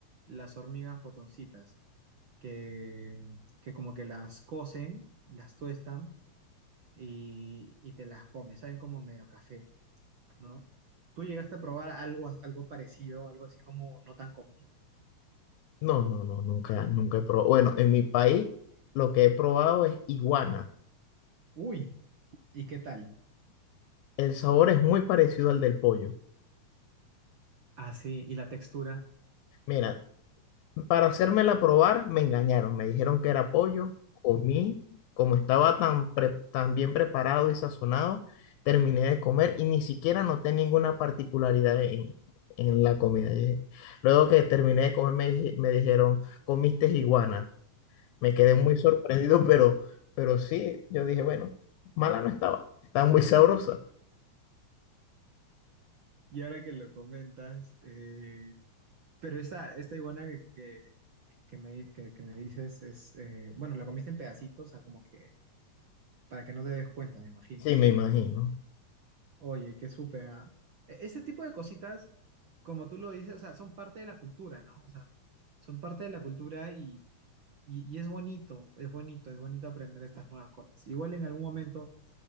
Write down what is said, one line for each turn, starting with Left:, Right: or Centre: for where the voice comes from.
Right: las hormigas potoncitas, que, que como que las cocen, las tuestan y, y te las comes, saben como medio a café, ¿no? ¿Tú llegaste a probar algo, algo parecido, algo así como no tan común?
Left: No, no, no, nunca, nunca he probado. Bueno, en mi país lo que he probado es iguana.
Right: Uy, ¿y qué tal?
Left: El sabor es muy parecido al del pollo.
Right: Ah, sí, y la textura.
Left: Mira, para hacérmela probar, me engañaron. Me dijeron que era pollo. Comí, como estaba tan, pre- tan bien preparado y sazonado, terminé de comer y ni siquiera noté ninguna particularidad en, en la comida. Y Luego que terminé de comer, me, dije- me dijeron, comiste iguana. Me quedé muy sorprendido, pero, pero sí, yo dije, bueno, mala no estaba. Estaba muy sabrosa.
Right: Y ahora que lo comentas, eh, pero esta, esta iguana que, que, que me, que, que me dices es, eh, bueno, la comiste en pedacitos, o sea, como que para que no te des cuenta, me imagino.
Left: Sí, me imagino.
Right: Oye, qué súper, ¿ah? E- Ese tipo de cositas, como tú lo dices, o sea, son parte de la cultura, ¿no? O sea, son parte de la cultura y, y, y es bonito, es bonito, es bonito aprender estas nuevas cosas. Igual en algún momento,